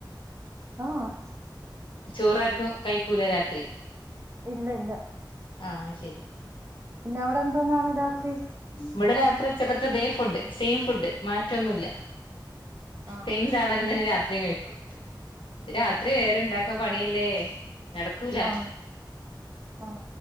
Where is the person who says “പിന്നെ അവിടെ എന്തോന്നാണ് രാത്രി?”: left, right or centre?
Right